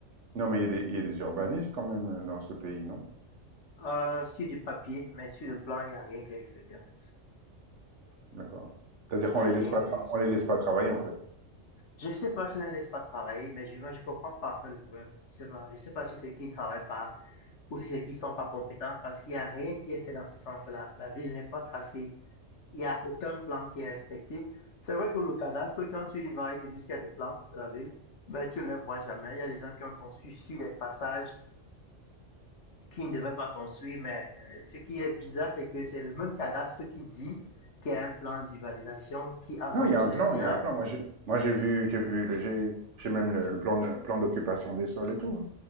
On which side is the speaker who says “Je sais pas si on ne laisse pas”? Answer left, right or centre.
Left